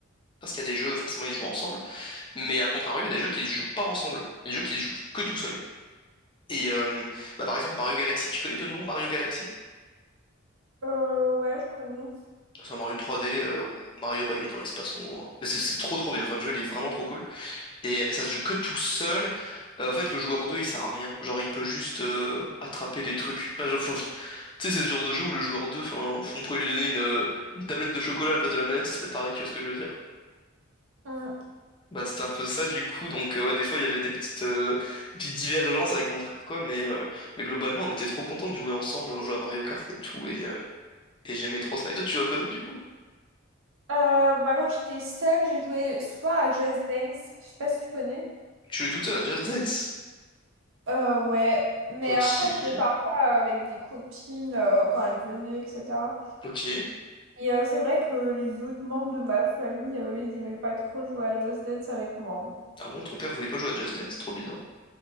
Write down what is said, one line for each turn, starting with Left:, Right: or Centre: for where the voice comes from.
Left: Parce qu'il y a des jeux, forcément, ils se jouent ensemble. Mais à contrario, il y a des jeux qui se jouent pas ensemble. Des jeux qui se jouent que tout seul. Et euh, bah, par exemple, Mario Galaxy. Tu connais de nom Mario Galaxy?
Right: Euh, ouais, je connais.
Left: C'est un Mario 3D euh, où Mario bah, il est dans l'espace en gros. hein. Mais c'est c'est trop trop bien. Enfin, le jeu il est vraiment trop cool. Et mais ça se joue que tout seul. Euh, en fait, le joueur 2 il sert à rien. Genre il peut juste euh, attraper des trucs. Enfin, genre, faut- <laughs> tu sais, c'est ce genre de jeu où le joueur deux enfin, on pourrait lui donner une, euh, une tablette de chocolat à la place de la manette, ce serait pareil. Tu vois ce que je veux dire?
Right: Mm.
Left: Bah c'était un peu ça du coup. Donc euh, ouais, des fois il y avait des petites, euh, des petites divergences avec mon frère quoi. Mais euh, mais globalement on était trop contents de jouer ensemble. On jouait à Mario Kart et tout et euh, et j'aimais trop ça. Et toi tu jouais à quoi d'autre du coup?
Right: Euh, bah, quand j'étais seule, j'ai joué souvent à Just Dance. Je sais pas si tu connais.
Left: Tu jouais toute seule à Just Dance?
Right: Euh, ouais, mais
Left: Ok,
Right: après, je jouais parfois euh, avec des copines euh, quand elles venaient, etc.
Left: ok.
Right: Et euh, c'est vrai que les autres membres de ma famille, euh, ils aimaient pas trop jouer à Just Dance avec moi. <laughs>
Left: Ah bon, ton père voulait pas jouer à Just Dance, c'est trop bizarre.